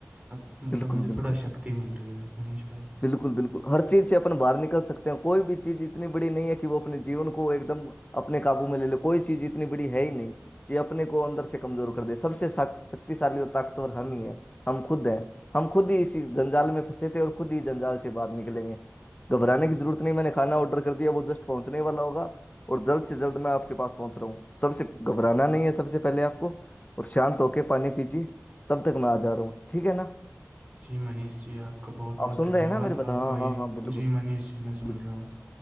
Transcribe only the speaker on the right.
अब मतलब
मुझे
थोड़ा शक्ति मिल रही है मनीष भाई
जी मनीष जी आपका बहुत बहुत
धन्यवाद
आप आइए
जी मनीष जी मैं सुन
रहा हूँ